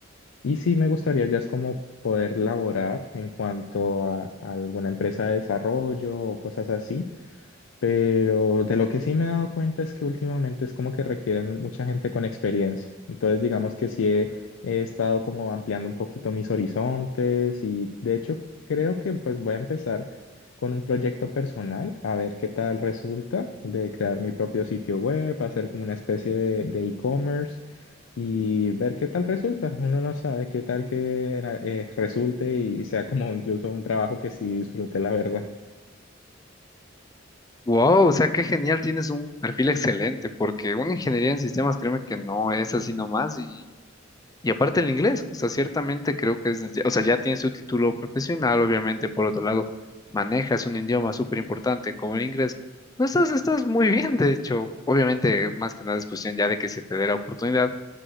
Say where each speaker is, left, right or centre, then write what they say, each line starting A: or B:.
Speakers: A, on the left; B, on the left.
A: Y sí me gustaría ya es como poder laborar en cuanto a, a alguna empresa de desarrollo o cosas así pero de lo que sí me he dado cuenta es que últimamente es como que requieren mucha gente con experiencia. Entonces, digamos que sí he, he estado como ampliando un poquito mis horizontes y de hecho creo que pues voy a empezar con un proyecto personal, a ver qué tal resulta de crear mi propio sitio web, hacer como una especie de de e-commerce y ver qué tal resulta. Uno no sabe qué tal que eh, resulte y sea como incluso un trabajo que sí disfrute, la verdad.
B: Wow, o sea, qué genial, tienes un perfil excelente, porque una ingeniería en sistemas, créeme que no es así nomás. Y, y aparte el inglés, o sea, ciertamente creo que es, o sea, ya tienes tu título profesional, obviamente, por otro lado, manejas un idioma súper importante como el inglés. No estás, estás muy bien, de hecho, obviamente, más que nada es cuestión ya de que se te dé la oportunidad